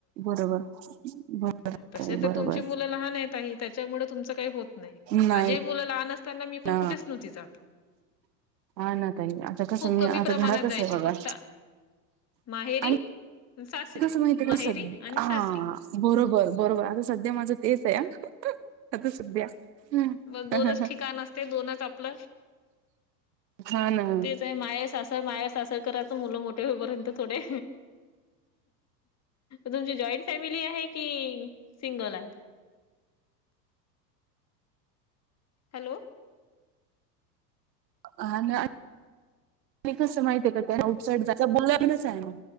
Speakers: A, on the right; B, on the left.
A: बरोबर बर
B: तसे तर
A: बरोबर
B: तुमची मुलं लहान आहेत त्याच्यामुळे तुमच काही होत नाही
A: नाही
B: माझेही मुलं लहान त्यांना मी पण
A: ना
B: कुठेच नव्हती जात
A: हा ना तई आता कस
B: खूप
A: मी
B: कमी
A: आता
B: प्रमाणात
A: घरातच
B: जायची
A: आहे बघा...
B: फक्त माहेरी-
A: आणि
B: सासरी...
A: कसं माहिती हा....
B: माहेरी आणि सासरी.
A: बरोबर -बरोबर आता सध्या माझं तेच आहे आता सध्या... हम्म.
B: म दोनच ठिकाण असते दोनच आपलं
A: हा ना
B: तेच आहे माहेर- सासर अस... माझ्या सासर कडचे मुलं मोठे होईपर्यंत थोडे.... तुमची जॉईंट फॅमिली आहे कि सिंगल आहे? हॅलो....
A: हा ना..... मी कसं माहित आहे का त्या आउटसाइड, बोलाच आहे ना?